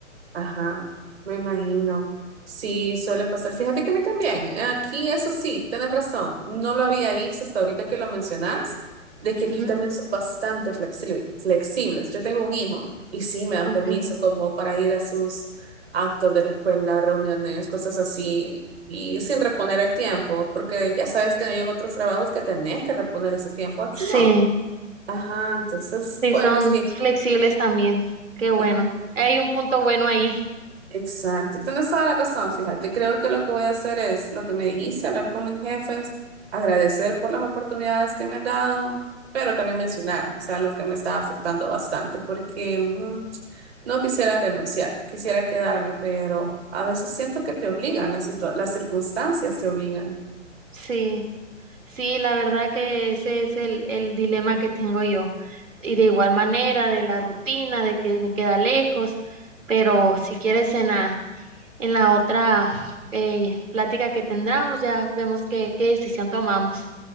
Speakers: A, on the right; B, on the right.
A: Ajá, me imagino. Sí, suele pasar. Fíjate que a mí también. eh, Aquí, eso sí, tienes razón. No lo había visto hasta ahorita que lo mencionas, de que aquí
B: Ujú,
A: también son bastante flexi- flexibles. Yo tengo un hijo y sí me dan
B: ok.
A: permiso como para ir a sus actos de la escuela, reuniones, cosas así, y sin reponer el tiempo, porque ya sabes que hay en otros trabajos que tenés que reponer ese tiempo. Aquí no.
B: Sí.
A: Ajá, entonces,
B: Sí,
A: bueno,
B: son
A: sí.
B: flexibles también. Qué bueno.
A: Ujú.
B: Hay un punto bueno ahí.
A: Exacto, tienes toda la razón, fíjate, creo que lo que voy a hacer es lo que me dijiste, hablar con mis jefes, agradecer por las oportunidades que me han dado, pero también mencionar, o sea, lo que me está afectando bastante, porque mm, no quisiera renunciar, quisiera quedarme, pero a veces siento que te obligan, las, situ, las circunstancias te obligan.
B: Sí, sí, la verdad que ese es el, el dilema que tengo yo. Y de igual manera, de la rutina, de que me queda lejos, pero si quieres en la, en la otra eh, plática que tendremos, ya vemos qué, qué decisión tomamos.